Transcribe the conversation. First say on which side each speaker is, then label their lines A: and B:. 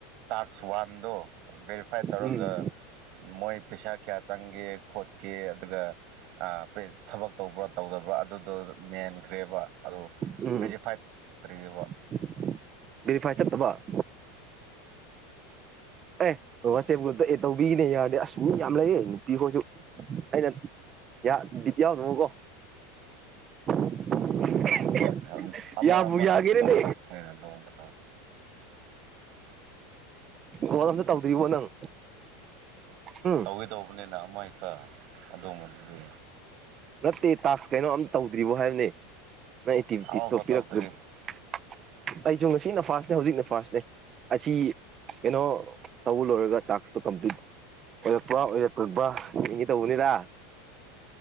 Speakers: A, on the right; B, on the right.
A: ꯇꯥꯛꯁ ꯋꯥꯟꯗꯣ ꯕꯦꯔꯤꯐ ꯐꯥꯏꯠ ꯇꯧꯔꯒꯥ
B: ꯎꯝ
A: ꯃꯣꯏ ꯄꯩꯁꯥ ꯀꯌꯥ ꯆꯪꯒꯦ ꯈꯣꯠꯀꯦ ꯑꯗꯨꯒ ꯑꯥ ꯄꯩ ꯊꯕꯛ ꯇꯧꯕ꯭ꯔꯥ ꯇꯧꯗꯕ꯭ꯔꯥ ꯑꯗꯨꯗꯣ ꯃꯦꯟꯈ꯭ꯔꯦꯕ ꯑꯗꯣ
B: ꯎꯝ ꯎꯝ
A: ꯚꯦꯔꯤꯐꯥꯏꯠ ꯇ꯭ꯔꯤꯕ
B: <inaudible> ꯚꯦꯔꯤꯐꯥꯏꯠ ꯆꯠꯇꯕ ꯑꯦ ꯋꯥꯆꯦꯞ ꯒ꯭ꯔꯨꯞꯇ ꯑꯦꯗ ꯇꯧꯕꯤꯒꯦꯅꯦ ꯌꯥꯔꯗꯤ ꯑꯁ ꯃꯤ ꯌꯥꯝ ꯂꯩꯌꯦ ꯅꯨꯄꯤꯈꯣꯏꯁꯨ ꯑꯩꯅ ꯌꯥ ꯕꯤꯠ ꯌꯥꯎꯗꯕꯀꯣ <unintelligible>
A: ꯑꯦ ꯑꯃ
B: ꯌꯥꯕꯨ
A: ꯑꯃ
B: ꯌꯥꯒꯦꯔꯅꯦ
A: ꯇꯧꯒꯦ ꯇꯧꯕꯅꯤꯅ ꯑꯗꯨꯗ
B: ꯀꯣꯜ ꯑꯝꯇ ꯇꯧꯗꯤꯕꯣ ꯅꯪ ꯎꯝ
A: ꯀꯨꯏꯗꯧꯕꯅꯤꯅ ꯑꯃ ꯍꯦꯛꯇ ꯑꯗꯨꯝꯕꯗꯨꯗꯤ
B: ꯅꯠꯇꯦ ꯇꯥꯛꯁ ꯀꯩꯅꯣ ꯑꯝ ꯇꯧꯗ꯭ꯔꯤꯕꯣ ꯍꯥꯏꯕꯅꯦ ꯅꯪ ꯑꯦꯛꯇꯤꯚꯤꯇꯤꯁꯇꯣ
A: ꯑꯃꯐꯥꯎ ꯇꯧꯗ꯭ꯔꯤ
B: ꯄꯤꯔꯛꯇ꯭ꯔꯤꯕ ꯑꯩꯖꯨ ꯉꯁꯤꯅ ꯐꯥꯔꯁꯅꯦ ꯍꯧꯖꯤꯛꯅ ꯐꯥꯔꯁꯅꯦ ꯑꯁꯤ ꯀꯩꯅꯣ ꯇꯧꯕ ꯂꯣꯏꯔꯒ ꯇꯥꯛꯁꯇꯣ ꯀꯝꯄ꯭ꯂꯤꯠ ꯑꯣꯏꯔꯛꯄ꯭ꯔꯥ ꯑꯣꯏꯔꯛꯇꯕ꯭ꯔꯥ ꯌꯦꯡꯒꯦ ꯇꯧꯕꯅꯤꯗ